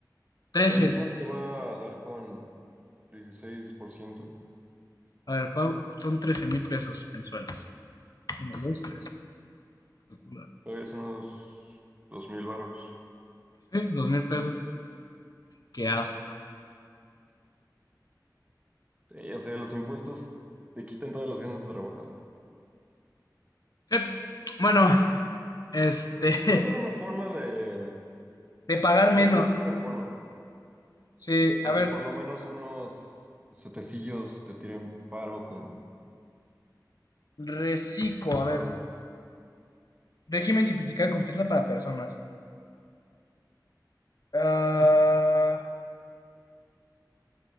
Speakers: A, on the left; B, on the right.
A: trece
B: El SAT te va a dar con 16%.
A: A ver, pago- son trece mil pesos mensuales. Uno, dos, tres. Calcular.
B: todavía son unos 2 mil varos.
A: Sí, dos mil pesos. Qué asco.
B: Eh, ya sé, los impuestos te quitan todas las ganas de trabajar.
A: Sí. Bueno, este,
B: Debe haber una forma de...
A: <laughs> de pagar
B: Debe
A: menos.
B: haber alguna forma.
A: Sí,
B: O
A: a ver,
B: que por lo menos unos setecillos te tiren paro con
A: reciclo.
B: el
A: A
B: pago.
A: ver, régimen simplificado de confianza para personas. Ah,